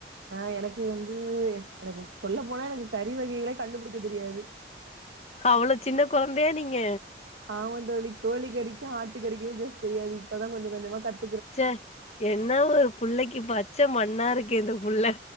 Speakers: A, on the right (about 80°); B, on the left (about 35°).
A: ஆ எனக்கு வந்து எனக்கு சொல்ல போனா எனக்கு கறி வகைகளே கண்டுபுடிக்க தெரியாது
B: அவ்ளோ சின்ன கொழந்தையா நீங்க
A: ஆமா தோழி கோழி கறிக்கும் ஆட்டு கறிக்குமே வித்யாசம் தெரியாது இப்பதான் கொஞ்ச கொஞ்சமா கத்
B: ச என்ன ஒரு புள்ளக்கி பச்சமண் ணா இருக்கே இந்த புள்ள